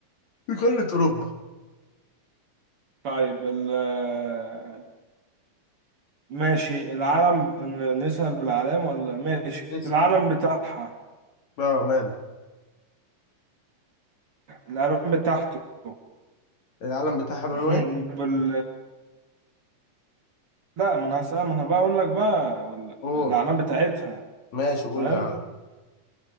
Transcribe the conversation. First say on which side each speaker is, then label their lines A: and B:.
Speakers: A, on the left; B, on the right.
A: في قارة أوروبا
B: طيب ال آه، ماشي العلم ن- نسأل بالعلام ولا ماشي
A: اسأل
B: العلم بتاعها
A: اه ماله
B: الالوان بتاعته <clears throat>
A: العلم بتاعها لونه
B: <laughs>
A: ايه؟
B: بال... لا ما انا هسأل ما انا بقى اقول لك بقى وال-
A: قول
B: الاعلام بتاعتها
A: ماشي قول
B: فاهم
A: العلم